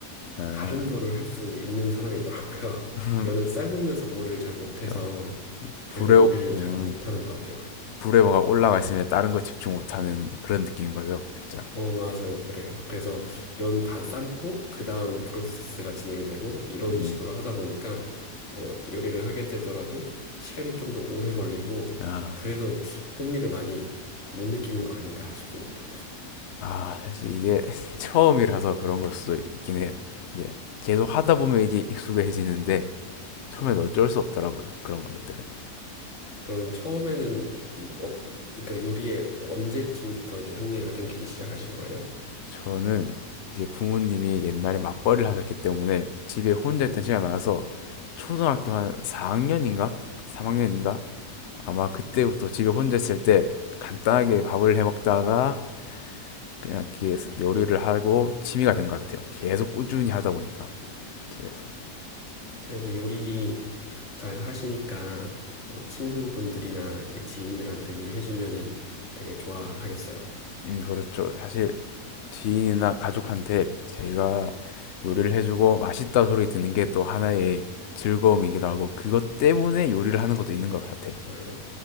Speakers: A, on the left; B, on the left.
A: 아,
B: 다른 거를 할 수 있는 사람이더라고요. <laughs>
A: <laughs>
B: 면을 삶으면서 뭐를 잘 못해서
A: 저
B: 그래서
A: 불에
B: 요리를
A: 오- 음,
B: 잘 못하는 것 같아요.
A: 불에 뭐가 올라가 있으면 다른 거 집중 못하는 그런 느낌인 거죠, 살짝.
B: 어, 맞아요. 그래요. 그래서 면 다 삶고, 그 다음 프로세스가 진행되고, 이런
A: 음,
B: 식으로 하다 보니까, 뭐, 요리를 하게 되더라도 시간이 좀 더 오래 걸리고,
A: 아.
B: 그래서 흥미를 많이 못 느끼는 거 아닌가 싶습니다.
A: 아, 사실 이게 <laughs> 처음이라서 그런 걸 수도 있긴 해요. 이게 계속 하다 보면 이제 익숙해지는데 처음엔
B: 음,
A: 어쩔 수 없더라고요. 그런 것들은.
B: 그럼 처음에는, 어, 그러니까 요리에 언제쯤부터 이제 흥미가 생기기 시작하신 거예요?
A: 저는 이제 부모님이 옛날에 맞벌이를 하셨기 때문에 집에 혼자
B: 음,
A: 있던 시간이 많아서 초등학교 한 4학년인가? 3학년인가? 아마 그때부터 집에 혼자 있을 때 간단하게 밥을 해 먹다가 그냥 이렇게 요리를 하고 취미가 된 것 같아요. 계속 꾸준히
B: 음.
A: 하다 보니까 집에서.
B: 그래도 요리 자- 잘 하시니까, 뭐 친구분들이나 이게 지인들한테 요리해주면은 되게 좋아하겠어요.
A: 음, 그렇죠. 사실 지인이나 가족한테 제가 요리를 해주고 맛있다 소리 듣는 게 또 하나의 즐거움이기도 하고 그것 때문에 요리를 하는 것도 있는 것 같아요.
B: 음,